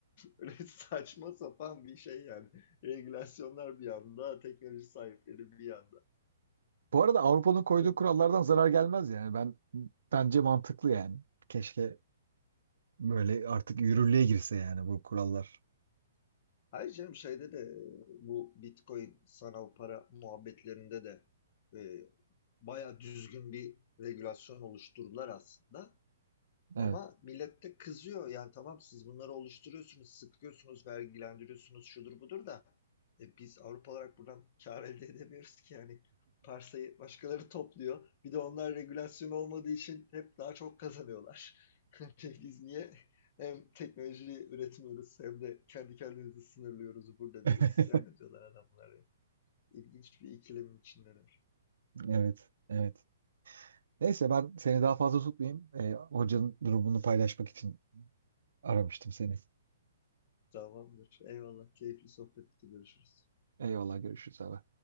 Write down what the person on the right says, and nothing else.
Bu arada Avrupa'nın koyduğu
kurallardan zarar gelmez yani. Ben bence mantıklı yani. Keşke Böyle artık yürürlüğe girse yani bu kurallar.
Evet.
<laughs>
Evet. Evet. Neyse ben seni daha fazla tutmayayım. Ee, hocanın durumunu paylaşmak için aramıştım seni.
Eyvallah görüşürüz abi.